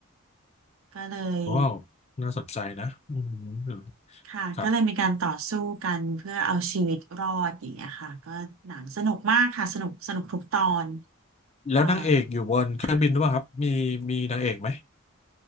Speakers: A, on the right (about 75°); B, on the left (about 30°).
A: ก็เลย
B: ว้าวน่าสนใจนะอืม
A: ค่ะก็เลยมีการต่อสู้กันเพื่อเอาชีวิตรอดอย่างเงี้ยค่ะก็หนังสนุกมากค่ะสนุกสนุกทุกตอน
B: ครับแล้วนางเอกอยู่บนเครื่องบินด้วยครับมีมีนางเอกไหม
A: เอ่อค่ะ